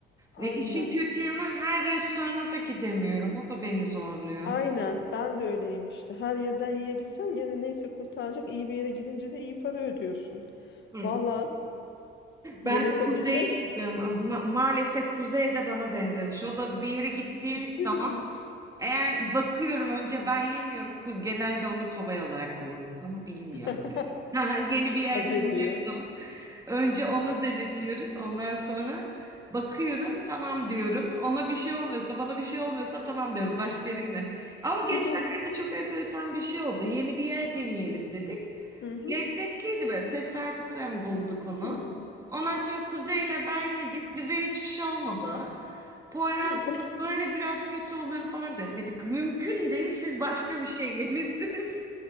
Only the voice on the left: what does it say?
Aynen.
Aynen ben de öyleyim işte. Her yerden yiyebilsen gene neyse kurtaracak. İyi bir yere gidince de iyi para ödüyorsun.
Valla yemek
o bizde
ciddi
mi?
<laughs>
Haberi
yok.
Bir de
hı hı,
hı
hı. <laughs>